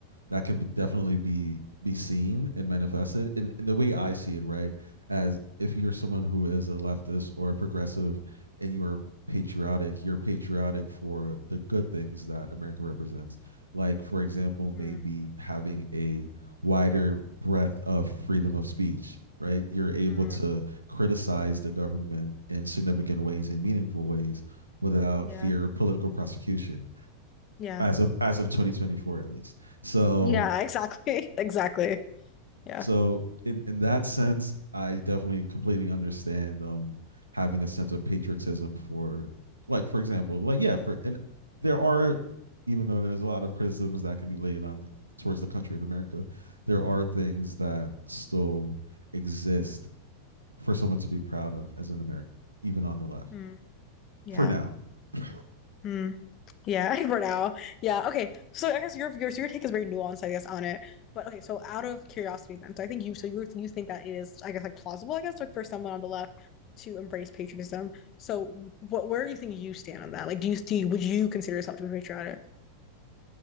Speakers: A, on the right; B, on the left.
A: that can be, definitely be be seen and manifested in, in the way I see it, right? As if you're someone who is a leftist or a progressive and you're patriotic, you're patriotic for the good things that America represents. Like, for example, maybe
B: Mm,
A: having a wider breadth of freedom of speech, right? You're able
B: mm,
A: to criticize the government in significant ways and meaningful ways without
B: yeah.
A: fear of political prosecution
B: Yeah.
A: as of as of 2024 at least so
B: Yeah. Exactly. <laughs> Exactly. Yeah.
A: so in in that sense i definitely completely understand um having a sense of patriotism for like for example like yeah for and there are even though there's a lot of criticisms that can be laid on towards the country of america there are things that still exist for someone to be proud of as an american even on the left
B: Mm, yeah.
A: for now. I
B: Mm. Yeah, <laughs> for now. Yeah. Okay. So I guess your your so your take is very nuanced, I guess, on it. But okay, so out of curiosity then. So I think you so you you think that it is, I guess, like plausible, I guess, like for someone on the left to embrace patriotism. So what where do you think you stand on that? Like do you see would you consider yourself to be patriotic?